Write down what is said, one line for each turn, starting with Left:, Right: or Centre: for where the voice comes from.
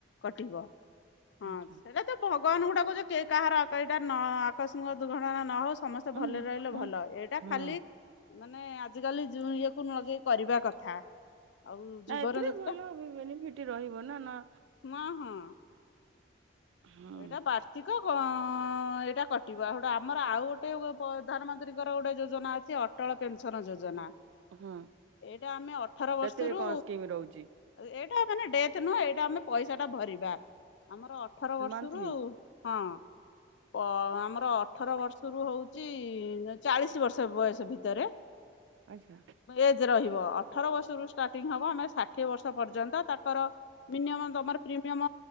Left: କଟିବ ହଁ
Right: ଆଚ୍ଛା
Left: ସେଇଟା ତ ଭ ଗବାନକୁ ଗୁଡାଛୁ କିଏ କାହାର ଆକ ଏଇଟା ନ ଆକସ୍ମିକ ଦୁର୍ଘଟଣା ନ ହଉ ସବୁ ଭଲରେ
Right: ନା
Left: ରହିଲେ
Right: ହଁ
Left: ଭଲ ଏଇଟା
Right: ହଁ
Left: ଖାଲି ମାନେ। ଆଯି କାଲି ଯୁଁ ଇଏକୁ ନଗେଇ କରିବା କଥା। ଆଉ ଜୀବନ
Right: ନା ଏଥିରେ
Left: ଯେତେଟା
Right: ଭଲ ବେନିଫିଟ ରହିବ ନା ନା।
Left: ହଁ ହଁ
Right: ହଁ
Left: ଏଇଟା ବାର୍ଷିକ ଏଇଟା କଟିବ ଗୋଟେ ଆମର ଆଉ ଗୋଟେ। ପ୍ରଧାନମନ୍ତ୍ରୀଙ୍କର ଗୋଟେ ଯୋଜନା ଅଛି ଅଟଳ ପେନସନ ଯୋଜନା।
Right: ହଁ
Left: ଏଇଟା ଆମେ ଅଠର
Right: ସେଥିରେ
Left: ବର୍ଷରୁ
Right: କଣ ସ୍କିମ୍ ରହୁଛି
Left: ଏ ଟା ମାନେ ଡେଥ ନୁହଁ ଏଇଟା ଆମେ ପଇସାଟା ଭରିବା ଆମର ଅଠର ବର୍ଷ।
Right: ଥି
Left: ହଁ ପ ଆମର ଅଠର ବର୍ଷରୁ ହଉଚି। ଚାଳିଶି ବର୍ଷ ବୟସ ଭିତରେ
Right: ଆଚ୍ଛା
Left: ଏଜ ରହିବ। ଅଠର ବର୍ଷରୁ ଷ୍ଟାର୍ଟିଂ ହେବ ଆମ ଷାଠିଏ ବର୍ଷ ପର୍ଯ୍ୟନ୍ତ। ତାଙ୍କର ମିନିୟମ ତମର ପ୍ରିମିୟମ